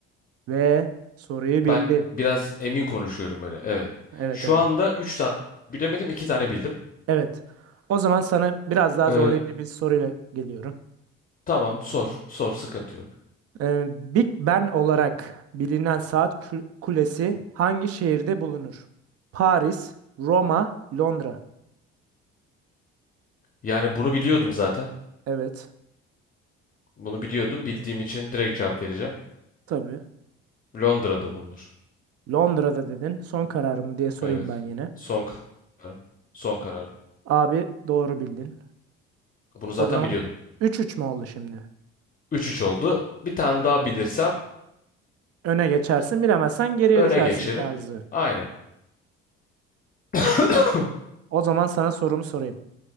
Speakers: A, on the right; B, on the left.
A: ve soruyu
B: Ben
A: bildin.
B: biraz emin konuşuyorum böyle. Evet.
A: Evet
B: Şu
A: evet.
B: anda üç tane bilemedim. iki tane bildim.
A: Evet. O zaman sana biraz daha
B: E,
A: zorlayıcı bir soruyla geliyorum.
B: Tamam sor. Sor sıkıntı yok.
A: Ee, Big Ben olarak bilinen saat kü- kulesi hangi şehirde bulunur? Paris, Roma, Londra.
B: Yani bunu biliyordum zaten.
A: Evet.
B: Bunu biliyordum. Bildiğim için direkt cevap vereceğim.
A: Tabii.
B: Londra'da bulunur.
A: Londra'da dedin. Son kararım diye sorayım
B: Evet.
A: ben yine.
B: Son kararım. Son kararım.
A: Abi doğru bildin.
B: Bunu zaten
A: O zaman
B: biliyordum.
A: üç üç mü oldu şimdi?
B: üç üç oldu. Bir tane daha bilirsem
A: Öne geçersin, bilemezsen geriye
B: öne
A: düşersin
B: geçerim.
A: tarzı.
B: Aynen. <coughs>
A: O zaman sana sorumu sorayım.